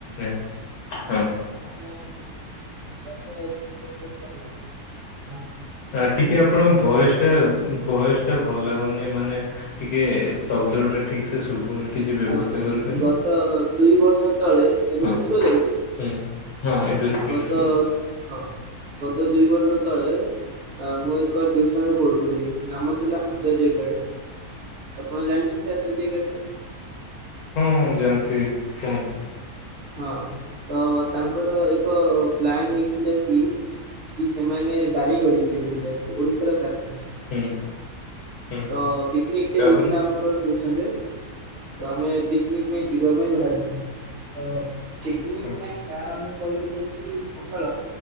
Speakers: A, on the left; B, on the right.
A: <unintelligible>
B: <unintelligible>
A: ଆ ଟିକେ
B: ଆଚାର୍ଯ୍ୟ
A: ଆପଣଙ୍କ
B: ଏକାଡେମୀ,
A: ଭୟସ ଟା, ଭୟସ ଟା ଭଲ ଲାଗୁନି ମାନେ ଟିକେ ଶବ୍ଦ ଟା ଠିକ ସେ ଶୁଭୁନି। କିଛି ବ୍ୟବସ୍ଥା
B: ଆଜ୍ଞା
A: କରିପାରିବେ?
B: ଗତ ଦୁଇ ବର୍ଷ ତଳେ, ଏବେ
A: ହଁ
B: ଠିକ ଶୁଭାଯାଉଛି।
A: ହୁଁ ହଁ ଏବେ
B: ଗତ
A: ହଁ।
B: ହଁ ଗତ ଦୁଇ ବର୍ଷ ତଳେ ମୁଁ ଏକ ଟିୟୁସନ୍ ରେ ପଢୁଥିଲି, ନାମ ଥିଲା ଆଚାର୍ଯ୍ୟ ଆପଣ ଜାଣିଛନ୍ତି ଆଚର୍ଯ୍ୟା ଏକାଡମୀ।
A: ହଁ <unintelligible>
B: ହଁ ତ ତାଙ୍କର ଏକ ପ୍ଲାନ ହେଇଥିଲା କି ସେମାନେ ଦାରିଂବାଡ଼ି ଯିବେ ବୁଲିବାକୁ ଓଡ଼ିଶାର କାଶ୍ମୀର।
A: ହୁଁ। ହୁଁ
B: ତ ପିକନିକଟେ
A: ତାପରେ
B: ହେଇଥିଲା ଆମର ଟିୟୁସନ ରେ ତ ଆମେ ପିକନିକ୍ ପାଇଁ ଯିବା ପାଇଁ ବାହାରିଥିଲୁ, ତ ପିକନିକ୍
A: ହୁଁ
B: ପାଇଁ ସାର୍ ଆମ କହିଥିଲେ କି ସକାଳ,